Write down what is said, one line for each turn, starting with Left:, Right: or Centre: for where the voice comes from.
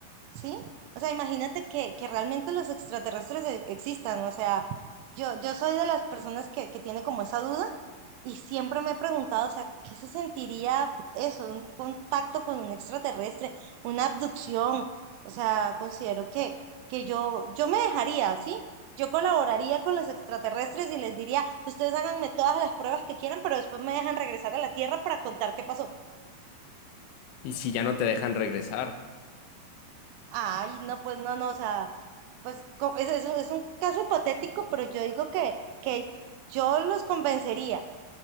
Right: ¿sí? O sea, imagínate que, que realmente los extraterrestres e- existan, o sea, yo, yo soy de las personas que, que tiene como esa duda y siempre me he preguntado, o sea, ¿qué se sentiría eso, un contacto con un extraterrestre, una abducción? O sea, considero que, que yo, yo me dejaría, ¿sí? Yo colaboraría con los extraterrestres y les diría, ustedes háganme todas las pruebas que quieran, pero después me dejan regresar a la Tierra para contar qué pasó.
Left: Y si ya no te dejan regresar.
Right: Ay, no, pues no, no, o sea, pues co- es, es un es un caso hipotético, pero yo digo que, que yo los convencería.